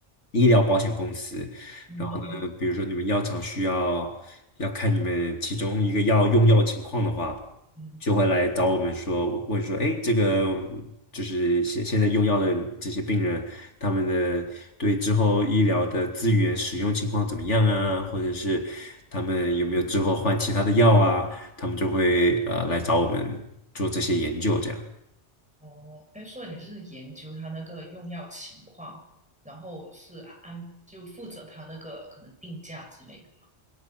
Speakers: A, on the left; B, in the centre.
A: 医疗保险公司，
B: 嗯，
A: 然后呢，
B: 哦，
A: 比如说你们药厂需要要看你们其中一个药用药情况的话，
B: 嗯，
A: 就会来找我们说，问说，哎，这个就是现现在用药的这些病人，他们的对之后医疗的资源使用情况怎么样啊，或者是他们有没有之后换其他的药啊，他们就会呃来找我们做这些研究这样。
B: 哦，哎，所以你是研究他那个用药情况，然后是安就负责他那个可能定价之类的。